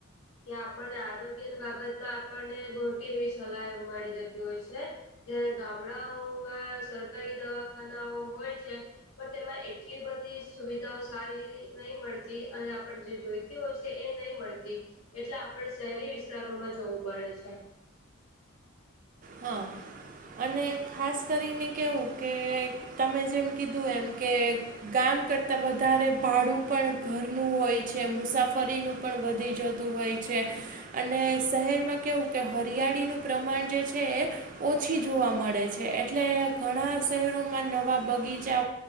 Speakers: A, on the left; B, on the right.
A: કે આપણને આરોગ્યની બાબતમાં આપણને મોટી એવી સલાહ મળી જતી હોય છે. જયારે ગામડાઓમાં સરકારી દવાખાનાઓ હોય છે. પણ તેમાં એટલી બધી સુવિધાઓ સારી નહી મળ તી અને આપણે જે જોઈતી હોય છે, એ નહી મળતી એટલે આપડે શહેરી વિસ્તારોમાં જવું પડે છે.
B: હા અને ખાસ કરીને કેવું કે તમે જેમ કીધું એમ કે ગામ કરતા વધારે ભાડું પણ ઘરનું હોય છે, મુસાફરીનું પણ વધી જતું હોય છે, અને શહેરમાં કેવું કે હરિયાળીનું પ્રમાણ જે <unintelligible> ઓછી જોવા મળે છે, એટલે ઘણા શહેરોમાં નવા બગીચા